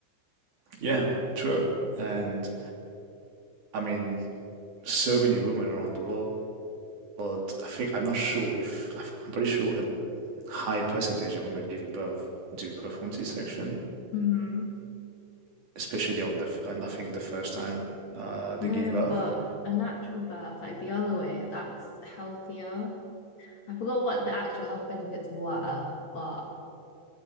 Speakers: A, on the right; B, on the left.
A: Yeah, true. And I mean, so many women around the world, I think, I'm not sure if, I'm pretty sure a high percentage of women giving birth do perform C-section,
B: hmm
A: especially on the, f- on, I think, the first time uh, they
B: No,
A: give birth.
B: but a natural birth, like the other way, that's healthier. I forgot what the actual health benefits were, but